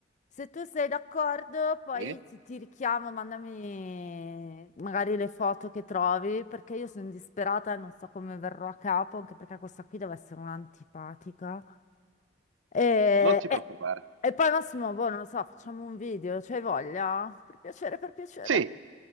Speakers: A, on the left (about 40°); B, on the right (about 85°).
A: Se tu sei d'accordo, poi
B: Sì.
A: ti, ti richiamo, mandami magari le foto che trovi, perché io sono disperata e non so come verrò a capo, anche perché questa qui deve essere un'antipatica. E,
B: Non ti
A: e-
B: preoccupare.
A: e poi Massimo, boh, non lo so, facciamo un video, c'hai voglia? Per piacere, per piacere.
B: Sì,